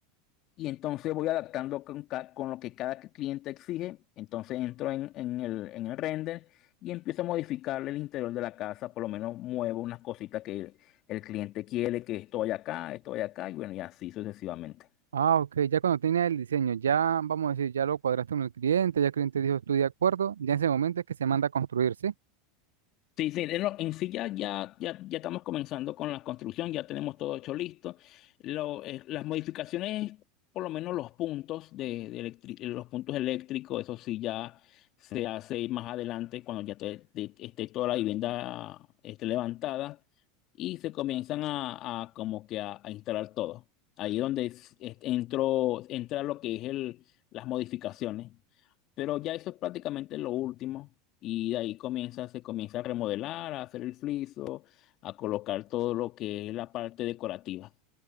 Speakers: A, on the left; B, on the right.
A: y entonces voy adaptando con, ca- con lo que cada cliente exige. Entonces entro en, en el, en el render y empiezo a modificarle el interior de la casa. Por lo menos muevo unas cositas que el cliente quiere, que esto vaya acá, esto vaya acá, y bueno, y así sucesivamente.
B: Ah, ok. Ya cuando tienes el diseño, ya vamos a decir, ya lo cuadraste con el cliente, ya el cliente dijo, estoy de acuerdo. Ya en ese momento es que se manda a construir, ¿sí?
A: Sí, sí, de lo- en sí ya, ya, ya, ya estamos comenzando con la construcción, ya tenemos todo hecho listo. Lo, eh, las modificaciones, por lo menos los puntos de, de electri- los puntos eléctricos, eso sí ya se hace más adelante cuando ya te- te- esté toda la vivienda esté levantada y se comienzan a, a como que a, a instalar todo. Ahí es donde es- es- entró, entra lo que es el, las modificaciones. Pero ya eso es prácticamente lo último. Y de ahí comienza, se comienza a remodelar, a hacer el friso, a colocar todo lo que es la parte decorativa.